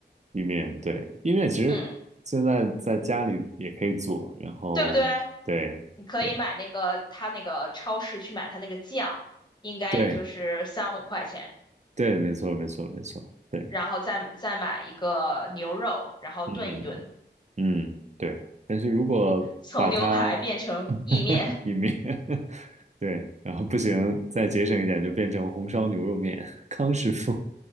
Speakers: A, on the right (about 40°); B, on the left (about 25°).
A: 意面，对，意面其实现在在家里也可以做，
B: 嗯，
A: 然后对对
B: 对不对？你可以买那个他那个超市去买他那个酱，应该也就是三五块钱，
A: 对对，没错没错没错，对，
B: 然后再再买一个牛肉，然后炖一炖，
A: 嗯嗯对，但是如果把它
B: 从牛排变成意面，
A: <laughs> 意面，<laughs> 对，然后不行，再节省一点就变成红烧牛肉面，康师傅，